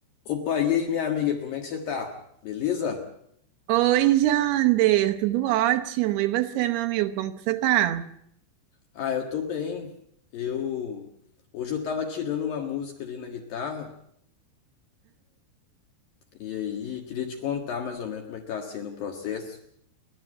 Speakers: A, on the left; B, on the right.
A: Opa, e aí, minha amiga, como é que você tá? Beleza?
B: Oi, Jander, tudo ótimo. E você, meu amigo, como que você tá?
A: Ah, eu tô bem. Eu hoje eu tava tirando uma música ali na guitarra e aí queria te contar mais ou menos como é que tá sendo o processo.